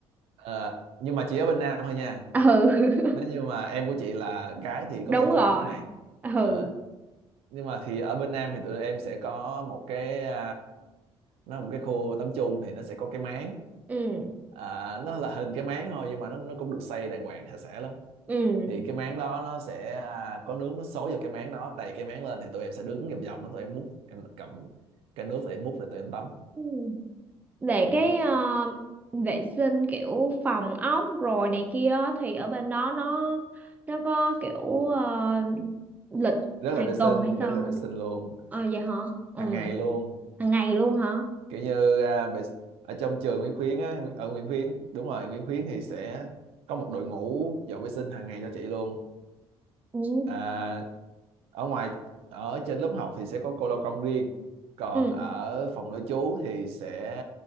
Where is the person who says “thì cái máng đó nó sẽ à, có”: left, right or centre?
Right